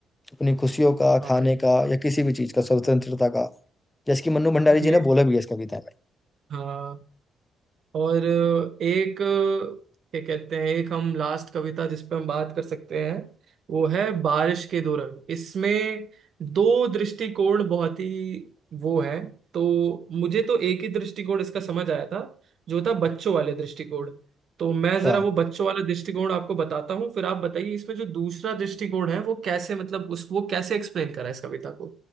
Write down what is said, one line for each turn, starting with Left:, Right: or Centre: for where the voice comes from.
Left: अपनी खुशियों का
Right: और
Left: खाने का या किसी भी चीज का स्वतंत्रता का जैसे कि मन्नू भंडारी जी
Right: ये
Left: ने बोला भी है इस कविता में
Right: हाँ और एक क्या कहते हैं एक हम लास्ट कविता जिस पे हम बात कर सकते हैं वो है बारिश के दो रंग इसमें दो दृष्टिकोण बहुत ही वो है तो मुझे तो एक ही दृष्टिकोण इसका समझ आया था जो था बच्चों वाले दृष्टिकोण तो मैं
Left: अच्छा
Right: जरा वो बच्चों वाला दृष्टिकोण आपको बताता हूँ फिर आप बताइए इसमें जो दूसरा दृष्टिकोण है वो कैसे मतलब उस वो कैसे एक्सप्लेन करा है इस कविता को